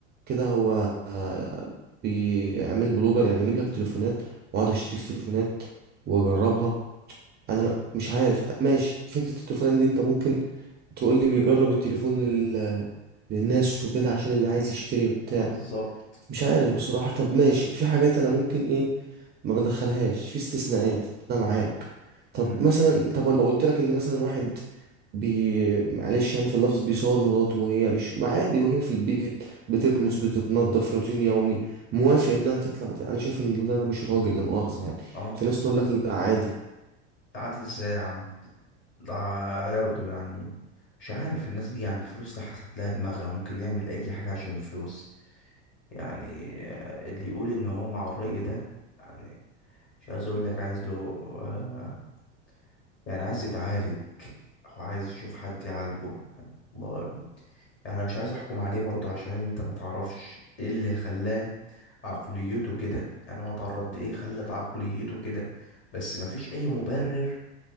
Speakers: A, on the right; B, on the left.
A: كده هو آه، بيعمل بلوجر يعني يجيب لك تليفونات واقعد اشتري في تليفونات واجربها انا م- مش عارف ماشي فكرة التليفونات دي انت ممكن تقول لي بيجرب التليفون لل... للناس وكده عشان اللي عايز يشتري وبتاع
B: بالظبط
A: مش عارف بصراحة طب ماشي في حاجات انا ممكن ايه ما بدخلهاش في استثناءات انا معاك طب
B: مم.
A: مثلا طب لو قلت لك ان مثلا واحد بي معلش يعني في اللفظ بيصور مراته وهي مش ما عادي وهي في البيت بتكنس
B: مم.
A: بتتنضف روتين يومي موافق انها تطلع انا شايف ان ده مش راجل لا مؤاخذة يعني
B: اه
A: في ناس تقول
B: حقيقي
A: لك لا عادي
B: قعدت ازاي يا عم ده يرضوا يعني مش عارف الناس دي يعني الفلوس اللي حسيت لها دماغها ممكن يعمل اي حاجة عشان الفلوس يعني آه، اللي يقول ان هو مع الرأي ده يعني مش عايز اقول لك عايز له آه، يعني عايز يتعالج او عايز يشوف حد يعالجه يعني الله يعني انا مش عايز احكم عليه برضو عشان انت ما تعرفش ايه اللي خلاه عقليته كده يعني هو اتعرض لايه خلت عقليته كده بس ما فيش اي مبرر